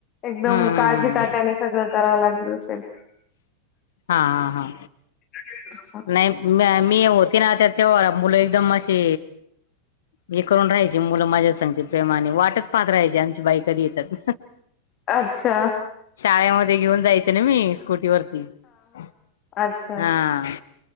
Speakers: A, on the left (about 30°); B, on the left (about 60°).
A: एकदम
B: हम्म हम्म
A: काळजी
B: हम्म
A: कट्यान सगळं करावं लागत असेल?
B: हा हा हा
A: <inaudible>
B: नाही म्या- मी होते ना तर तेव्हा मुलं एकदम अशे हे करून राहाय चे -मुलं माझ्या सांगती प्रेमाने वाटच पाहत राहायची आमची बाई कधी येत्यात.
A: अच्छा
B: शाळेमध्ये घेऊन जायचं ना मी. खुटीवरती हा.
A: अच्छा.
B: हा